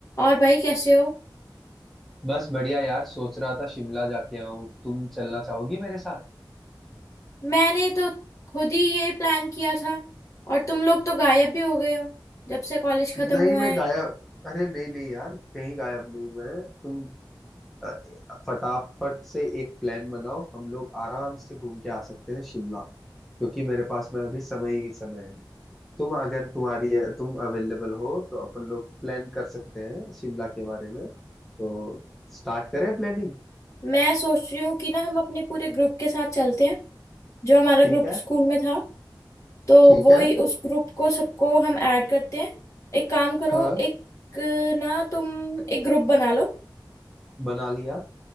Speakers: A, on the left; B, in the centre.
A: और भाई कैसे हो
B: बस बढ़िया यार सोच रहा था शिमला जाके आऊं तुम चलना चाहोगी मेरे साथ
A: मैंने तो खुद ही ये प्लान किया था और तुम लोग तो गायब भी हो गए हो जब से कॉलेज खत्म
B: नहीं
A: हुआ
B: मैं
A: है
B: गायब अरे नहीं नहीं यार कहीं गायब नहीं मैं तुम अ, फटाफट से एक प्लान बनाओ हम लोग आराम से घूम के आ सकते हैं शिमला क्योंकि मेरे पास में अभी समय ही समय है तुम अगर तुम्हारी तुम अवेलेबल हो तो अपन लोग प्लान कर सकते हैं शिमला के बारे में तो स्टार्ट करें प्लानिंग
A: मैं सोच रही हूँ कि ना हम अपने पूरे ग्रुप के साथ चलते हैं जो हमारा
B: ठीक
A: ग्रुप
B: है
A: स्कूल में था तो
B: ठीक
A: वो
B: है
A: ही उस ग्रुप को सबको हम ऐड करते हैं एक काम करो
B: हाँ
A: एक ना तुम एक ग्रुप बना लो
B: बना लिया